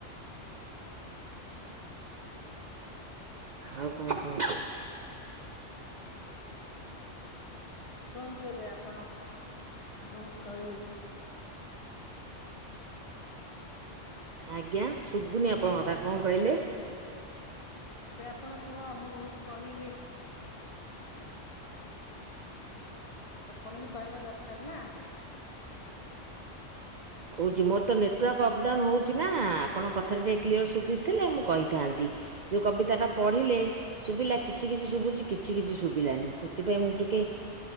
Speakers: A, on the right; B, on the left.
A: ଆଉ କଁ ଖବର।
B: କୁହନ୍ତୁ ଏବେ ଆପଣ ମୁଁ ବହୁତ କହିଲି।
A: ଆଜ୍ଞା ଶୁବୁନି ଆପଣଙ୍କ କଥା କଣ କହିଲେ।
B: ଏବେ ଆପଣ କୁହ ମୁଁ ବହୁତ କହିଲି। ଆପଣ ବି କହିବା ଦରକାର ନା।
A: କହୁଛି ମୋର ତ ନେଟୱାର୍କ ଅପ୍ ଡାଉନ୍ ହଉଛି ନା ଆପଣଙ୍କ କଥାରେ ଟିକେ କ୍ଲିୟର ଶୁଭି ଥିଲେ ମୁଁ କହିଥାନ୍ତି। ଯୋଉ କବିତା ଟା ପଢିଲେ? ଶୁଭିଲା କିଛି କିଛି ଶୁଭୁଛି କିଛି କିଛି ଶୁଭିଲାନି ସେଥିପାଇଁ ମୁଁ ଟିକେ